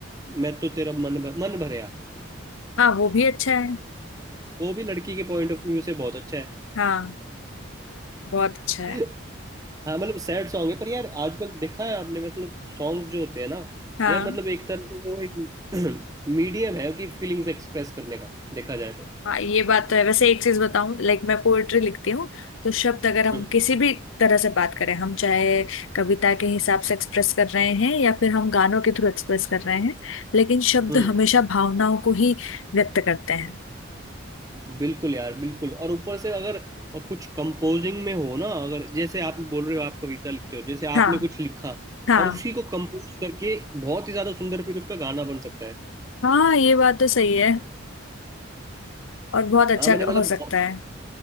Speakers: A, on the right; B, on the left.
A: मैं तो तेरा मन भर, मन भरया
B: हाँ वो भी अच्छा है
A: वो भी लड़की के पॉइंट ऑफ व्यू से बहुत अच्छा है
B: हाँ बहुत अच्छा है
A: <laughs> हाँ मतलब सैड सॉन्ग है पर यार आजकल देखा है आपने मतलब सॉन्ग्स जो होते हैं ना
B: हाँ
A: यार मतलब एक तरह से वो एक <clears throat> मीडियम है कि फीलिंग्स एक्सप्रेस करने का देखा जाए तो
B: हाँ ये बात तो है वैसे एक चीज बताऊं लाइक मैं पोएट्री लिखती हूँ तो शब्द अगर हम
A: हम्म
B: किसी भी तरह से बात करें हम चाहे कविता के हिसाब से एक्सप्रेस कर रहे हैं या फिर हम गानों के थ्रू एक्सप्रेस कर रहे हैं लेकिन शब्द
A: हम्म,
B: हमेशा भावनाओं को ही व्यक्त करते हैं
A: बिल्कुल यार बिल्कुल और ऊपर से अगर कुछ कंपोजिंग में हो ना अगर जैसे आप बोल रहे हो आप कविता लिखते हो जैसे आपने
B: हाँ
A: कुछ लिखा
B: हाँ
A: और उसी को कंपोज करके बहुत ही ज्यादा सुंदर फिर उसका गाना बन सकता है
B: हाँ ये बात तो सही है और बहुत अच्छा
A: हाँ मैंने मतलब
B: हो सकता है